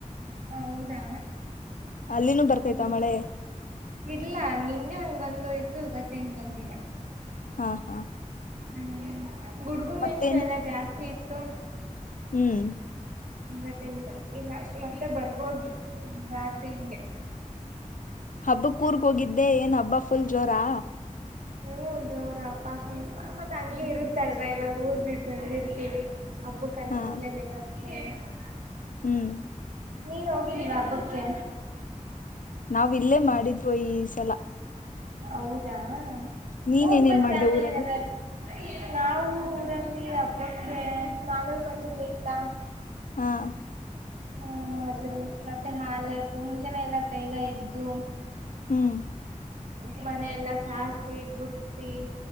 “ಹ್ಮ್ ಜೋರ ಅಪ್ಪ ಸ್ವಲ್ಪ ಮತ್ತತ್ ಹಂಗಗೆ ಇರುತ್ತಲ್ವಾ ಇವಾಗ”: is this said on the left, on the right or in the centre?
Right